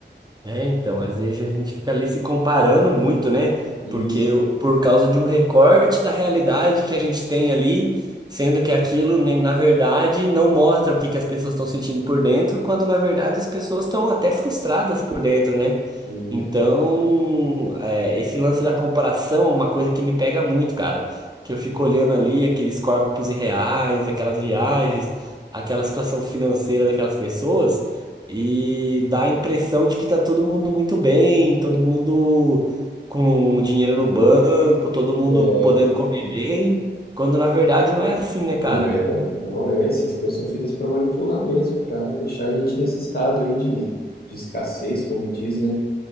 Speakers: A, on the right; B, on the left.
A: É, então, às vezes a gente fica ali se comparando muito, né?
B: Isso.
A: Porque eu- por causa de um recorte da realidade que a gente tem ali, sendo que aquilo, né, na verdade, não mostra o que que as pessoas estão sentindo por dentro, quando na verdade as pessoas estão até frustradas por dentro, né?
B: Sim.
A: Então, é, esse lance da comparação é uma coisa que me pega muito, cara. Que eu fico olhando ali aqueles corpos irreais, aquelas viagens, aquela situação financeira daquelas pessoas. E dá a impressão de que tá todo mundo muito bem, todo mundo com dinheiro no banco, todo mundo
B: é,
A: podendo comer bem, quando na verdade não é assim, né, cara?
B: Não é, não é. Essas coisas são feitas para manipular mesmo, para deixar a gente nesse estado aí de, de escassez, como diz, né?